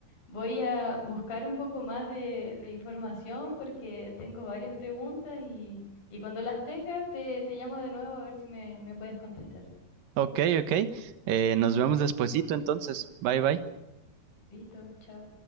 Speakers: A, on the left (about 60°); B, on the right (about 65°).
A: Voy a buscar un poco más de, de información porque tengo varias preguntas y, y cuando las tenga te, te llamo de nuevo a ver si me, me puedes contestar.
B: Ok, ok, eh, nos vemos despuesito entonces, bye bye.
A: Listo, chao.